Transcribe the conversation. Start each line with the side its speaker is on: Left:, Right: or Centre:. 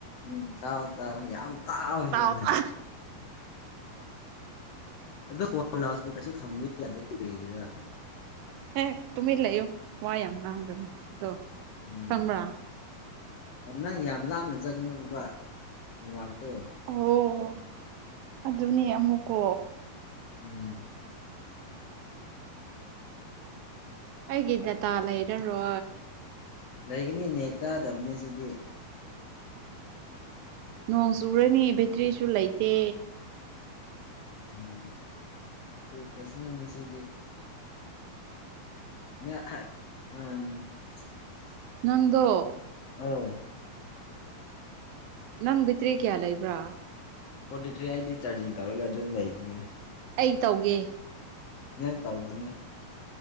Left: ꯎꯝ ꯇꯥꯎ ꯇꯥꯎ ꯌꯥꯝ ꯇꯥꯎꯗ
Right: ꯇꯥꯎ ꯇꯥ
Left: ꯑꯣ ꯐꯣꯟ ꯂꯥꯎ ꯏꯁꯄꯤꯀꯔꯁꯨ ꯊꯝꯕ ꯌꯥꯗꯦ ꯀꯔꯤꯒꯤꯔꯥ
Right: ꯑꯦ ꯇꯨꯃꯤ ꯂꯩ ꯌꯣ ꯋꯥꯌꯥꯝꯝ ꯅꯥꯡꯒꯣ ꯑꯗꯣ
Left: ꯎꯝ
Right: ꯈꯪꯕ꯭ꯔꯥ
Left: ꯅꯪ ꯌꯥꯝ ꯂꯥꯞꯅ ꯆꯠꯒꯅꯨ ꯕꯕꯥ ꯑꯇ
Right: ꯑꯣ ꯑꯗꯨ ꯑꯗꯨꯅꯤ ꯑꯃꯨꯀꯣ
Left: ꯎꯝ
Right: ꯍꯒꯗ ꯇꯂ ꯏꯔꯣ
Left: ꯂꯩꯒꯅꯤ ꯅꯦ ꯆꯥꯗꯕꯅꯦ ꯁꯤꯗꯤ
Right: ꯅꯣꯡ ꯆꯨꯔꯅꯤ ꯕꯦꯇ꯭ꯔꯤꯁꯨ ꯂꯩꯇꯦ
Left: ꯎꯝ ꯁ ꯐꯖꯅ ꯉꯁꯤꯗꯤ <unintelligible>
Right: ꯅꯪꯗꯣ
Left: ꯑꯥ
Right: ꯅꯪ ꯕ‌ꯦꯇ꯭ꯔꯤ ꯀꯌꯥ ꯂꯩꯕ꯭ꯔꯥ
Left: ꯐꯣꯔꯇꯤ ꯊ꯭ꯔꯤ ꯑꯩꯗꯤ ꯆꯥꯔꯖꯤꯡ ꯇꯧꯔꯒ ꯑꯗꯨꯝ ꯂꯩꯕꯅꯦ
Right: ꯑꯩ ꯇꯧꯒꯦ
Left: ꯅꯪ ꯇꯥꯎꯒꯅꯨ